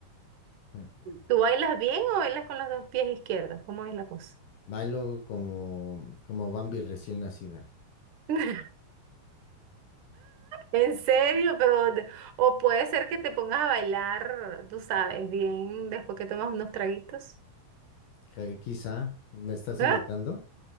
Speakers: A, on the left (about 75°); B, on the right (about 65°).
A: <laughs>
B: ¿Tú bailas bien o bailas con los dos pies izquierdos? ¿Cómo es la cosa?
A: Bailo como, como Bambi recién nacida.
B: <laughs> En serio, pero de- o puede ser que te pongas a bailar, tú sabes, bien después que tomas unos traguitos.
A: Ca- Quizá, ¿me estás
B: <laughs>
A: invitando?